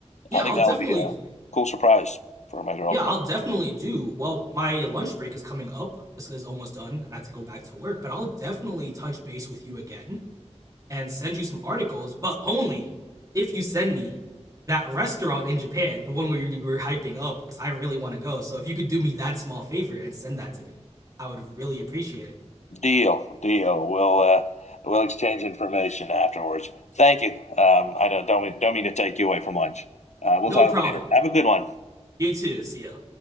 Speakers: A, on the right (about 30°); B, on the left (about 80°).
A: Yeah,
B: I think
A: I'll
B: that'll
A: definitely
B: be a cool surprise for my girlfriend.
A: Yeah, I'll definitely do. Well, my lunch break is coming up. This is almost done, and I have to go back to work, but I'll definitely touch base with you again and send you some articles, but only if you send me that restaurant in Japan, the one where you were hyping up, because I really want to go. So if you could do me that small favor and send that to me, I would really appreciate it.
B: Deal, deal. We'll uh, we'll exchange information afterwards. Thank you. Um, I don't don't mean, don't mean to take you away from lunch. Uh, we'll
A: No
B: talk
A: problem.
B: later. Have a good one.
A: You too. See ya.